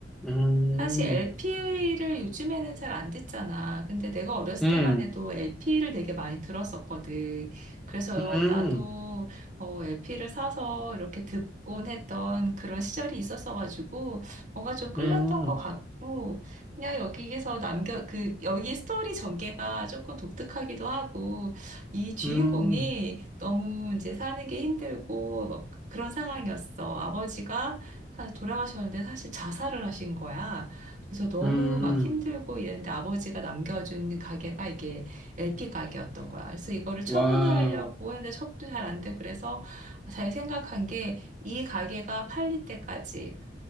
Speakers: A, in the centre; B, on the right.
A: 음,
B: 사실 LP를 요즘에는 잘 안 듣잖아. 근데 내가 어렸을
A: 음,
B: 때만 해도 LP를 되게 많이 들었었거든. 그래서
A: 음.
B: 나도 어, LP를 사서 이렇게 듣곤 했던 그런 시절이 있었어가지고 뭔가 좀 끌렸던
A: 음.
B: 것 같고 그냥 여기에서 남겨 그 여기 스토리 전개가 조금 독특하기도 하고 이 주인공이
A: 음,
B: 너무 이제 사는 게 힘들고 막 그런 상황이었어. 아버지가 사- 돌아가셨는데 사실 자살을 하신 거야. 그래서 너무
A: 음,
B: 막 힘들고 이랬는데 아버지가 남겨준 가게가 이게 LP 가게였던 거야. 그래서 이거를 처분을
A: 와우,
B: 하려고 했는데 처분도 잘 안 되고 그래서 잘 생각한 게 이 가게가 팔릴 때까지